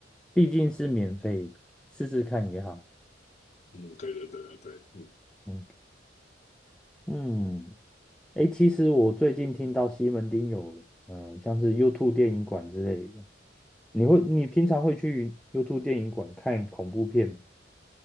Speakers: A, in the centre; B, on the left (about 40°).
A: 毕竟是免费的试试看也好。
B: 嗯，对对对对对，嗯
A: 嗯嗯，诶，其实我最近听到西门町有，呃，像是 YouTube 电影馆之类的。你会，你平常会去 YouTube 电影馆看恐怖片吗？